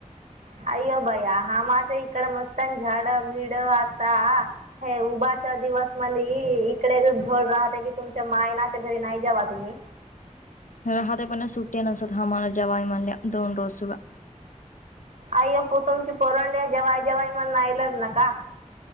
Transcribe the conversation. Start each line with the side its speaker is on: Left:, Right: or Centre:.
Right: हायो भैया हा माचय इकडं मस्तान झाड बीड <unintelligible> हे उभाचा दिवस मला हि इकडेच <unintelligible> राहते की तुमच्या मायनाच्या घरी नाही जावा तुम्ही
Left: राहते पण सुट्टे नसत ह मला जवाय म्हणल्या दोन रोज सुगा
Right: आई पट्टून तुमची पोरंड जेव्हा जेव्हाई म नाईलाज नका.